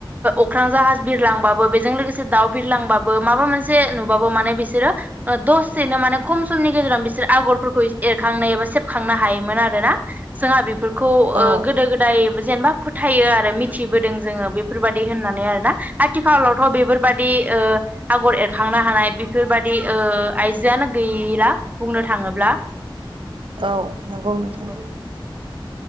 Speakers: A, on the right; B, on the right.
A: अख्रां जाहाज बिरलांबाबो बेजों लोगोसे दाउ बिरलांबाबो माबा मोनसे नुबाबो माने बिसोरो दसेनो माने खम समनि गेजेराव बिसोर आगरफोरखौ एरखांनाय एबा सेबखांनो हायोमोन आरो ना। जोंहा बेफोरखौ ओ
B: औ
A: गोदो -गोदाय जेनेबा फोथायो आरो मिथिबोदों जोङो बेफोरबायदि होननानै आरोना आथिखालावथ' बेफोरबादि ओ आगर एरखांनो हानाय बेफोरबायदि ओ आइजोआनो गैला बुंनो थाङोब्ला
B: औ नंगौ नोंथां।
A: औ